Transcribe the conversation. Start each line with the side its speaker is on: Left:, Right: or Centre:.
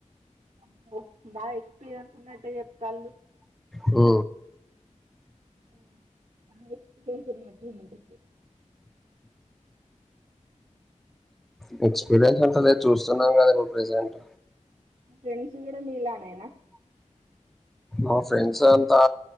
Right: అబ్బో బాగా ఎక్స్పీరియన్స్ ఉన్నట్టే చెప్తాళ్ళు
Centre: హు
Right: హు బాగా ఎక్స్పీరియన్స్ ఉన్నట్టు మీకు
Centre: అ ఎక్స్పీరియన్స్
Right: మీ ఫ్రెండ్స్
Centre: ఉంటది
Right: మీ ఫ్రెండ్స్
Centre: చూస్తున్నాం
Right: కూడా
Centre: కదా ఇప్పుడు ప్రజెంట్
Right: ఫ్రెండ్స్ కూడా నీళనేనా
Centre: మా ఫ్రెండ్స్ అంతా